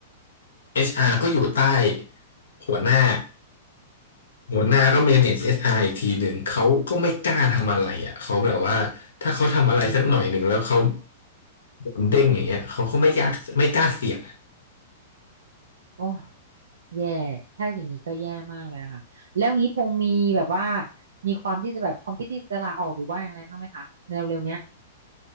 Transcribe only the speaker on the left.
เอชอาร r ก็อยู่ใต้หัวหน้าหัวหน้าก็ manage เอชอาร r อีกทีหนึ่งเขาก็ไม่กล้าทำอะไรอ่ะเขาแบบว่าถ้าเขาทำอะไรสักหน่อยหนึ่งแล้วเขา
โดนเด้งอย่างเงี้ยเขาก็ไม่ยากไม่กล้าเสี่ยงอะ